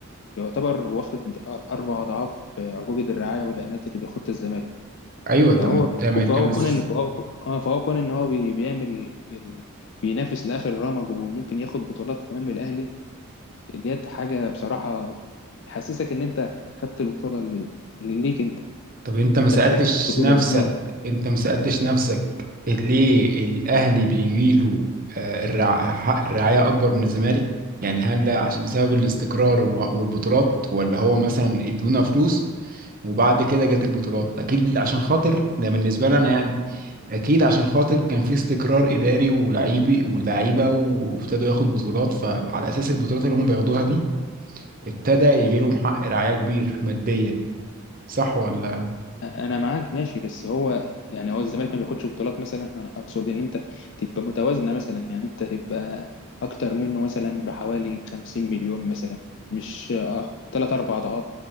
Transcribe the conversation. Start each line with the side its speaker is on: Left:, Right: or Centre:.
Left: يعتبر واخد أر- أربع أضعاف آه، عقوبة الرعاية والإعلانات اللي بياخدها الزمالك
Right: ايوه طب
Left: فهو
Right: ما انت ما انت
Left: فهو
Right: ما
Left: كون
Right: س-
Left: ان فهو اه فهو كون ان هو بي- بيعمل ال- بينافس لاخر رمج وممكن ياخد بطولات كمان من الاهلي ديت حاجه بصراحه تحسسك ان انت خدت البطوله اللي اللي ليك انت
Right: طب انت ما
Left: انت
Right: سالتش
Left: مشارك في البطوله
Right: نفسك
Left: دي اه
Right: انت ما سالتش نفسك ليه الاهلي بيجي له حق الرعايه اكبر من الزمالك يعني هل ده عش- بسبب الاستقرار و- والبطولات ولا هو مثلا ادونا فلوس وبعد كده جت البطولات اكيد عشان خاطر ده بالنسبه لي انا يعني اكيد عشان خاطر كان في استقرار اداري ولاعيبي ولاعيبه وابتدوا ياخد بطولات فعلى اساس البطولات اللي هم بياخدوها دي ابتدى يجي لهم حق رعايه كبير ماديا صح ولا
Left: انا معاك ماشي بس هو يعني هو الزمالك ما بياخدش بطولات مثلا انا اقصد ان انت تبقى متوازنه مثلا يعني انت تبقى اكتر منه مثلا بحوالي 50 مليون مثلا مش اه 3 4 اضعاف